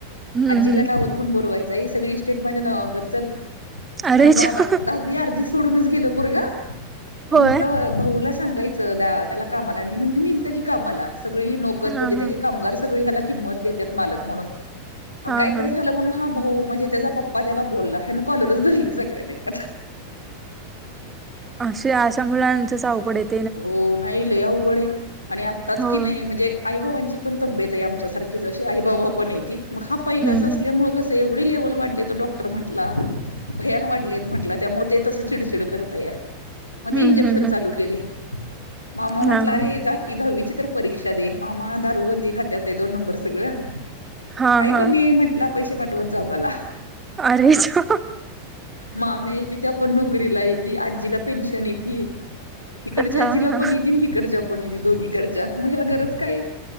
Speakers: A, on the right; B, on the left.
A: हम्म
B: आजीला
A: हम्म
B: नाव घेऊन बोलवायचं आहे सगळी इस्टेट माझ्या नावावर कर चल.
A: अरेच्या
B: म्हणून बाबाला दहावी अर्धी सोडूनच गेल पोरगं मग
A: होय
B: म्हटलं भाऊला सांगायचं. द त्याला कामाला आणि म्हणल नेहलत की कामाला सगळी नोकर
A: हां
B: म्हणजे
A: हां
B: त्याची कामगार सगळी ह्याला. किमत देत्यात मालक म्हणून
A: हां
B: काय
A: हां.
B: तर झालं म्हणुन. हा भाऊ म्हणजे त्याचा पप्पा त्याला बोलला ह्यान कॉलरच धरली सगळ्या देकत.
A: अशे अशा मुलांचच आवघड येतय.
B: हो नाही लई उवघड आहे आणि आत्ताच
A: हो.
B: की नाही म्हणजे. आई बाबांची पण तब्येत आहे आमच्यासारखीच अशी आई बाबा पण हाइती मग हा पहिलाच
A: हं
B: असल्यामुळे
A: हं
B: कस. एवढे लेव्हल वाढलेत डॉक्टर म्हटला. भयान वाढले म्हटला त्यामुळे ते तस चिडचिड करतया मग
A: हं
B: ते इंजेक्शन
A: हं हं
B: चालू केलय. मामा म्हटला
A: हां
B: अरे
A: हां
B: जाकी दहावीची तर परीक्षा दे मामा दारुबंदी खात्यात आहे दोन नंबर सगळं.
A: हां
B: काय
A: हां
B: कमी आहे म्हंटला पैसे पाठवत जा मला.
A: अरेच्या.
B: माम्या आहेत्या पण नोकरीला हायती आजीला पेन्शन येती. इकडच्या
A: हां
B: आजीला
A: हां
B: पण येती आणि इकडच्या पण येती दोन्हीकडच्या मग ह्याला गरज काय.